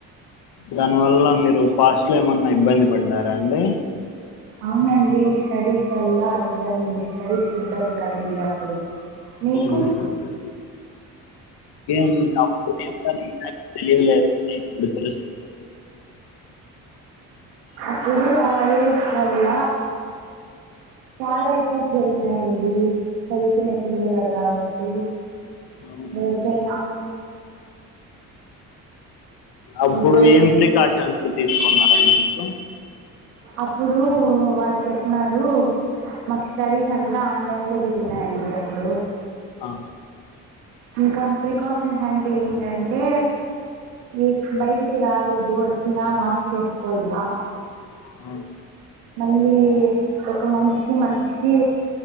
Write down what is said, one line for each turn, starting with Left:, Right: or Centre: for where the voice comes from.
Left: దానివల్ల మీరు పాస్ట్ లో ఏమన్నా ఇబ్బంది పడ్డారా అండి
Right: అవునండి స్టడీస్ వల్ల ఇబ్బంది స్టడీస్ కి ఇబ్బంది కలిగింది అప్పుడు మీకు
Left: ఆ ఏం అప్పుడేం తెలియలేం కానీ ఇప్పుడు తెలుస్తుంది
Right: అప్పుడు ఆ వైరస్ వల్ల చాలా ఎఫెక్ట్ జరిగినాయండి చదువుకునే పిల్లలకి కావచ్చు
Left: అవునండి
Right: ఎవరికైనా
Left: అప్పుడు
Right: ముసలి
Left: ఏం
Right: వా
Left: ప్రికాషన్స్ తీసుకున్నరు అండి మీరు
Right: అప్పుడు వాళ్ళు చెప్న్నారు మాకు స్టడీస్ అంతా ఆన్లైన్ లో జప్ జరుగుతున్నాయండి అప్పుడు
Left: ఆ
Right: ఇంకా ప్రికాషన్స్ అంటే ఏంటంటే ఈ బయటికి రాకూడదు ఇ వచ్చిన మాస్ ఎసుకోల్లా
Left: ఆ
Right: మళ్ళీ ఒక మనిషికి మనిషికి